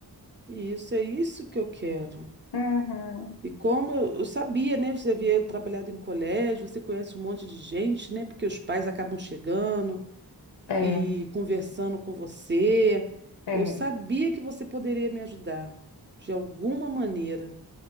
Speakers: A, on the right; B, on the left.
A: E isso é isso que eu quero.
B: Uhum.
A: E como eu, eu sabia, né? Você havia trabalhado em colégio, você conhece um monte de gente, né? Porque os pais acabam chegando
B: É,
A: e conversando com você.
B: é.
A: Eu sabia que você poderia me ajudar de alguma maneira.